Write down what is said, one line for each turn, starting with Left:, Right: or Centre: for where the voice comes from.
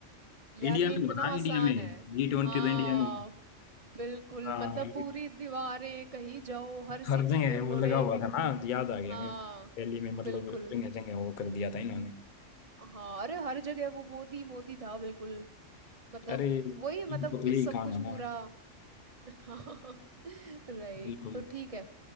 Right: यार
Left: इंडिया
Right: ये
Left: में
Right: इतना
Left: होता है
Right: आसान
Left: इंडिया में
Right: है
Left: जी ट्वेंटी
Right: हाँ
Left: तो इंडिया में होता है।
Right: बिल्कुल
Left: हाँ
Right: मतलब पूरी दीवारें कहीं जाओ हर सिटी
Left: हरदंग है
Right: में उन्होंने
Left: वो लगा हुआ था ना याद आ गया
Right: हाँ
Left: मेरे को। रैली में मतलब
Right: बिल्कुल
Left: जगह जगह वो कर दिया था इन्होंने
Right: हाँ अरे हर जगह वो मोदी मोदी था बिल्कुल मतलब
Left: अरे
Right: वही
Left: इनको
Right: मतलब
Left: तो यही
Right: सब
Left: काम
Right: कुछ
Left: है
Right: पूरा
Left: ना
Right: हाँ <laughs> राइट
Left: बिल्कुल
Right: तो ठीक है